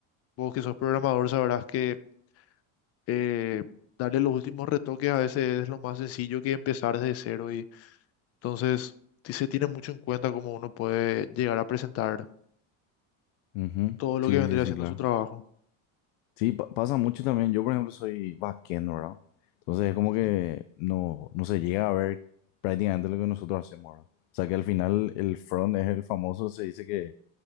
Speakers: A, on the left (about 40°); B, on the left (about 90°).
A: Vos que sos programador sabrás que eh, darle los últimos retoques a veces es lo más sencillo que empezar desde cero. Y entonces sí se tiene mucho en cuenta cómo uno puede llegar a presentar
B: Ujú.
A: todo lo
B: Sí,
A: que vendría
B: sí, sí,
A: haciendo
B: claro.
A: su trabajo.
B: Sí, pa- pasa mucho también. Yo, por ejemplo, soy backend, ¿verdad? Entonces es como
A: Ujú,
B: que no, no se llega a ver prácticamente lo que nosotros hacemos, ¿verdad? O sea que al final el front es el famoso, se dice que